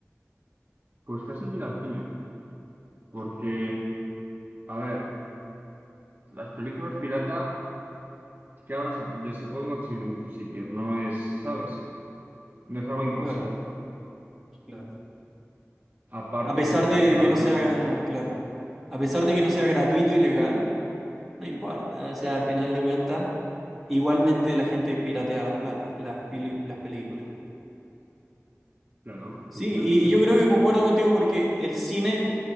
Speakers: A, on the right (about 40°); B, in the centre.
A: Pues casi que ir al cine. Porque, a ver, las películas pirata que ahora se, ya se pueden conseguir en muchos sitios. No es, ¿sabes? No es algo imposible.
B: Claro, claro.
A: Aparte
B: A pesar
A: que si te
B: de
A: regalan,
B: que no sea,
A: las-
B: claro, a pesar de que no sea gratuito y legal, no importa, o sea, al final de cuentas, igualmente la gente piratea las plata, las, peli- las películas.
A: claro, efectivamente.
B: Sí, y, y yo creo que concuerdo contigo porque el cine